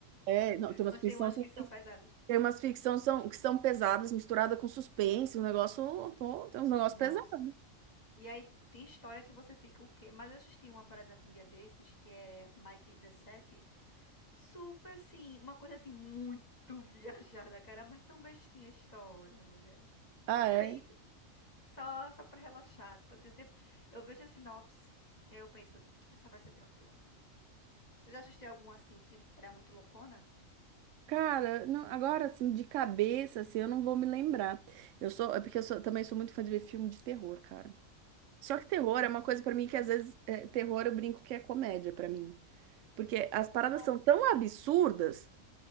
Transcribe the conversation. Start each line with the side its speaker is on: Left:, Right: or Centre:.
Right: É, não, tem umas
Left: Mas
Right: ficções
Left: tem umas
Right: científicas,
Left: que são pesadas.
Right: tem umas ficções são, que são pesadas, misturada com suspense, um negócio, pô, tem uns negócios
Left: Nossa.
Right: pesados.
Left: E aí tem história que você fica o quê? Mas eu assisti uma, por exemplo, um dia desses, que é Mike dezessete Super, assim, uma coisa assim, muito <laughs> viajada, cara. Mas tão bestinha a história, mulher. <laughs>
Right: Ah, é.
Left: aí Só, só pra relaxar. Tipo assim, eu sempre eu vejo a sinopse e aí eu penso, essa vai ser tranquila. Você já assistiu algum assim que era muito loucona?
Right: Cara, não- agora assim, de cabeça, assim, eu não vou me lembrar. Eu sou, é porque eu sou- também sou muito fã de ver filme de terror, cara. Só que terror
Left: Não gosto.
Right: é uma coisa pra
Left: Terror.
Right: mim que às vezes é, terror eu brinco que é comédia pra mim. Porque as paradas
Left: Nossa.
Right: são tão absurdas